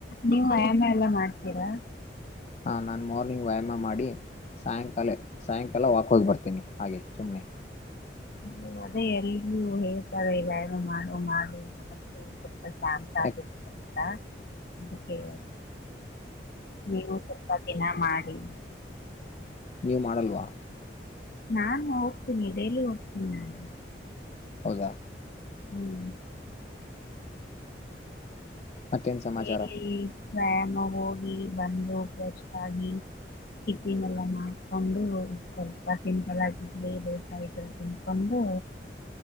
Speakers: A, on the left; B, on the left.
A: ನೀವು ವ್ಯಾಯಾಮ ಎಲ್ಲ ಮಾಡ್ತೀರಾ?
B: ಹಾ ನಾನು ಮಾರ್ನಿಂಗ್ ವ್ಯಾಯಾಮ ಮಾಡಿ ಸಾಯಂಕಾಲ ಸಾಯಂಕಾಲ ವಾಕ್ ಹೋಗಿ ಬರ್ತೀನಿ ಹಾಗೆ ಸುಮ್ಮನೆ.
A: ಹ್ಮ್ ಅದೇ ಎಲ್ಲೂ ಹೇಳ್ತಾರೆ ವ್ಯಾಯಾಮ ಮಾಡು ಮಾಡು ಮನಸ್ಸು ಸ್ವಲ್ಪ ಅಂತ ಆಗಿರ್ತ
B: ಯಾಕ
A: ಹಾ ಅದುಕ್ಕೆ ನೀವು ಸ್ವಲ್ಪ ದಿನ ಮಾಡಿ.
B: ನೀವು ಮಾಡಲ್ವಾ
A: ನಾನು ಹೋಗ್ತೀನಿ ಡೈಲಿ ಹೋಗ್ತೀನಿ ನಾನು
B: ಹೌದಾ
A: ಹ್ಮ್
B: ಮತ್ತೇನ್ ಸಮಾಚಾರ.
A: ಡೈಲಿ ವ್ಯಾಯಾಮ ಹೋಗಿ ಬಂದು ಫ್ರೆಶ ಆಗಿ ಟಿಫಿನೆಲ್ಲ ಮಾಡ್ಕೊಂಡು ಸ್ವಲ್ಪ ಸಿಂಪಲ್ ಆಗಿ ಇಡ್ಲಿ ದೋಸ ಈತರ ತಿನ್ಕೊಂಡು